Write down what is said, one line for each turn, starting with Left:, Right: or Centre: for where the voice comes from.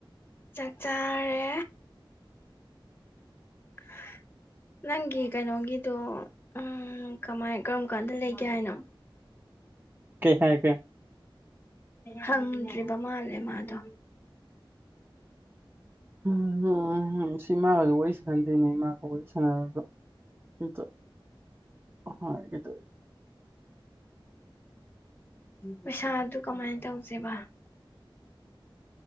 Left: ꯆꯥꯛ ꯆꯥꯔꯦ <unintelligible> ꯅꯪꯒꯤ ꯀꯩꯅꯣꯒꯤꯗꯣ ꯎ ꯀꯃꯥꯏ ꯀꯔꯝ ꯀꯥꯟꯗ ꯂꯩꯒꯦ ꯍꯥꯏꯅꯣ
Right: ꯀꯩ ꯍꯥꯏꯔꯛꯀꯦ
Left: ꯍꯪꯗ꯭ꯔꯤꯕ ꯃꯥꯜꯂꯦ ꯃꯥꯗꯣ
Right: ꯎ ꯍ ꯎꯝ ꯁꯤꯃꯥꯒꯁꯨ ꯋꯥꯔꯤ ꯁꯥꯟꯅꯟꯗꯦꯅꯦ ꯏꯃꯒ ꯋꯥꯔꯤ ꯁꯥꯟꯅꯒ ꯑꯇ ꯍ ꯑꯩꯇ
Left: ꯃꯩꯁꯥ ꯑꯗꯨ ꯀꯃꯥꯏꯅ ꯇꯧꯖꯦꯕ